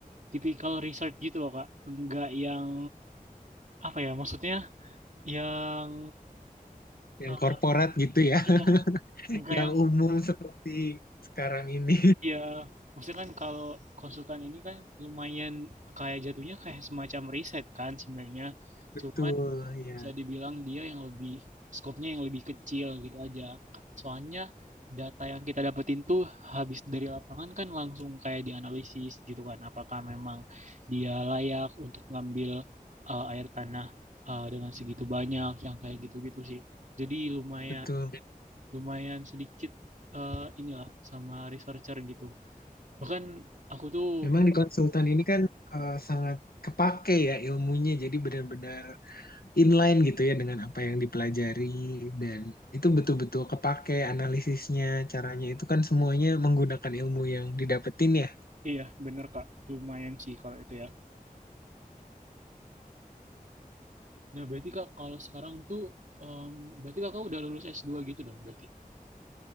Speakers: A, on the right; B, on the left.
A: typical research gitu loh Kak. Enggak yang, apa ya, maksudnya yang,
B: Yang
A: eh,
B: korporat gitu ya, <laughs>
A: iya, enggak
B: yang
A: yang,
B: umum seperti sekarang ini.
A: iya maksudnya kan kalau konsultan ini kan lumayan kayak jatuhnya kayak semacam riset kan sebenarnya.
B: <laughs> Betul,
A: Cuman
B: ya.
A: bisa dibilang dia yang lebih skopnya yang lebih kecil gitu aja. Soalnya data yang kita dapetin tuh habis dari lapangan kan langsung kayak dianalisis gitu kan. Apakah memang dia layak untuk ngambil uh, air tanah uh, dengan segitu banyak yang kayak gitu-gitu sih. Jadi lumayan
B: Betul.
A: lumayan sedikit eh, inilah sama researcher gitu. Bahkan aku tuh
B: Memang di konsultan ini kan eh, sangat kepake ya ilmunya, jadi benar-benar inline gitu ya dengan apa yang dipelajari dan itu betul-betul kepake analisisnya, caranya itu kan semuanya menggunakan ilmu yang didapetin ya.
A: iya bener Kak, lumayan sih kalau itu ya. Nah, berarti Kak, kalau sekarang tuh, em, berarti Kakak udah lulus s dua gitu dong, berarti.